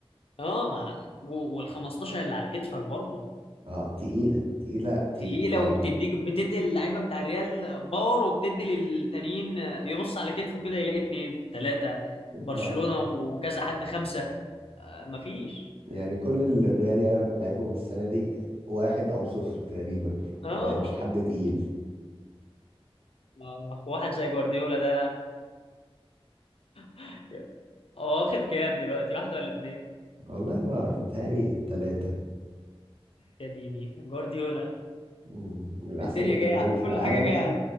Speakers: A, on the left; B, on the right.
A: اه مع و- وال 15 اللي على كتفك برضه
B: اه تقيلة تقيلة تي
A: تقيلة
B: يعني
A: وبتديك بتدي اللعيبة بتاع الريال باور وبتدي للتانيين يبص على كتفه كده يلاقي اتنين تلاتة برشلونة
B: اه
A: وكذا حد خمسة آه مفيش
B: يعني كل اللي الريال يع- لعبهم السنة دي واحد أو صفر تقريبا ف-
A: اه
B: ما لعبش حد تقيل ف...
A: آه، واحد زي جوارديولا ده <laughs> هو واخد كام دلوقتي واحدة ولا اتنين
B: والله ما أعرف متهيألي تلاتة
A: يا ديني جوارديولا
B: مم، من أحسن
A: الدنيا
B: المدربين
A: جاية على-
B: في
A: كل
B: العالم
A: حاجة جاية